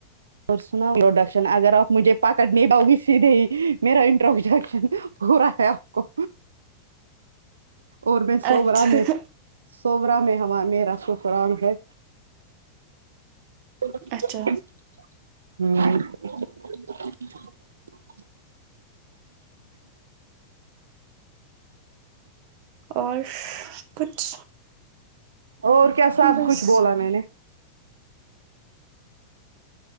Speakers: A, on the right; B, on the right.
A: اور سنا پروڈکشن اگر آپ جھے پکٹ نہیں پاؤی سید دے ہی میرا انٹروڈکشن ہورا ہے آپ کو اور میں سورا
B: اچھا
A: میں سورا میں ہم میرا سسرال ہے ہم
B: اچھا اور کچھ
A: اور کیا سب
B: بس
A: کچھ بولا میں نے